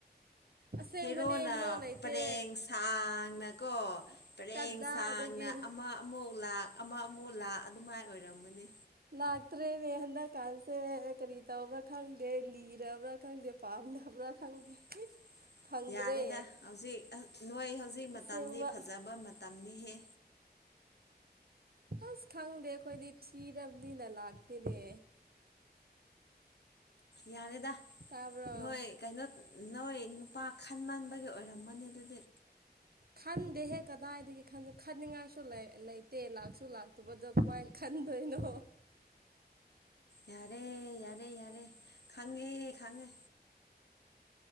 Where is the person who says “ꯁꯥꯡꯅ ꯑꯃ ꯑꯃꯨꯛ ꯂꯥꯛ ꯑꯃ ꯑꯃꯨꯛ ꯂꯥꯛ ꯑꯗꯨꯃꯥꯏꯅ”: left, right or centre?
Left